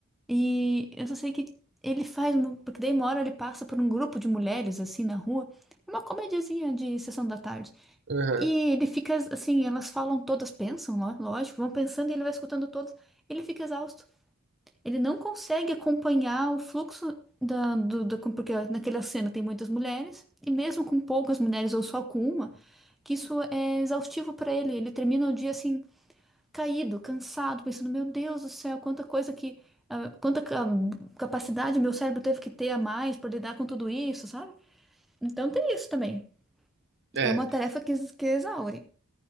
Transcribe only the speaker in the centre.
E eu só sei que ele faz, no- porque daí uma hora ele passa por um grupo de mulheres assim na rua, é uma comediazinha de sessão da tarde.
E ele fica assim, elas falam todas, pensam, ló- lógico, vão pensando e ele vai escutando todas. Ele fica exausto. Ele não consegue acompanhar o fluxo da, do, da- porque naquela cena tem muitas mulheres, e mesmo com poucas mulheres ou só com uma, que isso é exaustivo para ele. Ele termina o dia assim caído, cansado, pensando, meu Deus do céu, quanta coisa que, ah, quanta ca- capacidade meu cérebro teve que ter a mais para lidar com tudo isso, sabe? Então tem isso também.
É uma
tarefa que, ex- que exaure.